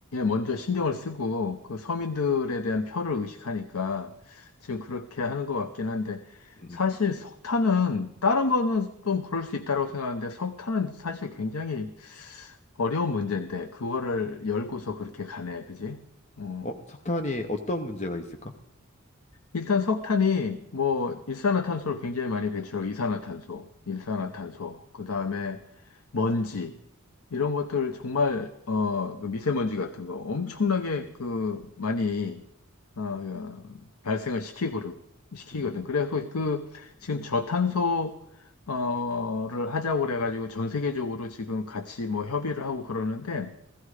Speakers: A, on the left; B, on the left.
A: 먼저 신경을 쓰고, 그 서민들에 대한 표를 의식하니까 지금 그렇게 하는 것 같긴 한데,
B: 음.
A: 사실 석탄은, 다른 거는 좀 그럴 수 있다고 생각하는데, 석탄은 사실 굉장히 어려운 문제인데 그거를 열고서 그렇게 가네, 그지? 음.
B: 어, 석탄이 어떤 문제가 있을까?
A: 일단 석탄이 뭐 일산화탄소를 굉장히 많이 배출하고 이산화탄소, 일산화탄소,
B: 음.
A: 그다음에 먼지 이런 것들 정말 어, 그 미세먼지 같은 거 엄청나게
B: 음.
A: 그 많이 어, 어, 발생을 시키고 시키거든.
B: 음.
A: 그래서 그
B: 음.
A: 지금 저탄소 어를 하자고 그래가지고 전 세계적으로 지금 같이 뭐 협의를 하고 그러는데